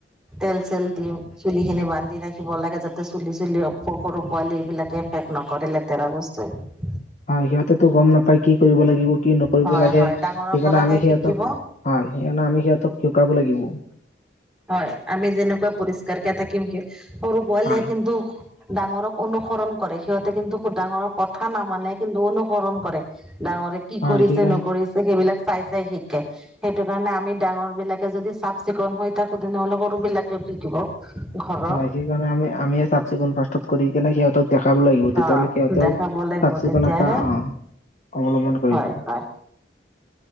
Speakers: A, in the centre; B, on the left.
A: তেল-চেল দি চুলি খিনি বান্ধি ৰাখিব লাগে। যাতে, চুলি চুলি <unintelligible> সৰু পোৱালী এইবিলাকে এফেক নকৰে লেতেৰা বস্তুৱে।
B: হয় সিহঁতেতো গম নাপাই কি কৰিব লাগিব, কি নকৰিব
A: হয়
B: লাগে
A: হয়
B: সেইকাৰণে
A: ডাঙৰৰ পৰাহে
B: আমি সিহঁতক
A: শিকিব
B: হয়, সেইকাৰণে আমি সিহঁতক শিকাব লাগিব।
A: হয় আমি যেনেকুৱা <unintelligible> সৰু পোৱালিয়ে
B: হয়
A: কিন্তু ডাঙৰক অনুসৰণ কৰে সিহঁতে কিন্তু খুব ডাঙৰক ক কথা নামানে, কিন্তু অনুসৰণ কৰে। ডাঙৰে কি
B: হয়
A: কৰিছে,
B: সেইকাৰণে
A: নকৰিছে সেইবিলাক। চাই চাই শিকে, সেইটো কাৰণে আমি ডাঙৰ বিলাকে যদি চাফ চিকুণ হৈ তাকো তেনে সৰু বিলাকেও শিকিব ঘৰৰ।
B: হয় সেইকাৰণে আমি আমিয়ে চাফ চিকুণ ফাৰ্ষ্টত কৰি কেনে সিহঁতক দেখাব লাগিব তেতিয়াহলে
A: অ
B: সিহঁতেও
A: দেখাব
B: চাফ
A: লাগিব
B: চিকুণতা,
A: তেতিয়াহে
B: আহ', অৱলম্বন কৰিব।
A: হয় হয়